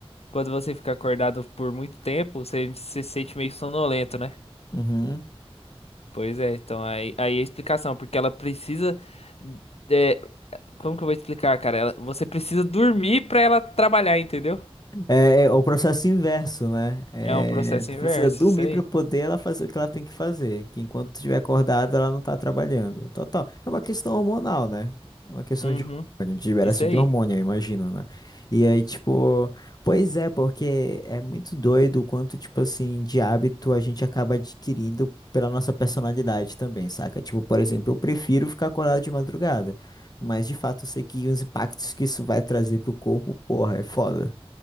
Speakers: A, on the left (about 85°); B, on the left (about 40°).
A: quando você fica acordado por muito tempo, você se sente meio sonolento, né?
B: Uhum.
A: Pois é, então aí, aí é a explicação, porque ela precisa. é, como que eu vou explicar, cara? Ela- você precisa dormir pra ela trabalhar, entendeu?
B: É, é o processo inverso, né? É,
A: É um processo
B: tu
A: inverso,
B: precisa É, dormir
A: isso aí.
B: para poder ela fazer o que ela tem que fazer, que enquanto tu estiver acordada, ela não tá trabalhando. Total. É uma questão hormonal, né? É Uma questão
A: Uhum,
B: de hormônio, de liberação
A: isso aí.
B: de hormônio, eu imagino, né? E aí, tipo, pois é, porque é muito doido o quanto, tipo assim, de hábito a gente acaba adquirindo pela nossa personalidade também, saca? Tipo, por exemplo, eu prefiro ficar acordado de madrugada, mas de fato eu sei que os impactos que isso vai trazer pro corpo, porra, é foda.